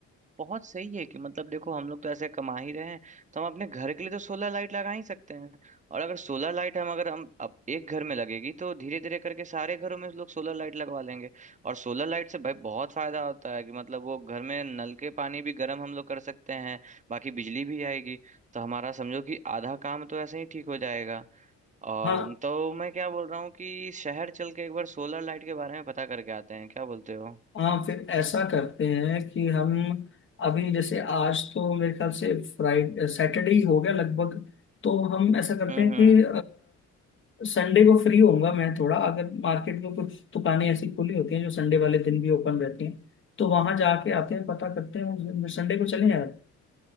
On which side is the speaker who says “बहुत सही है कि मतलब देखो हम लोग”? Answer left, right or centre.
Right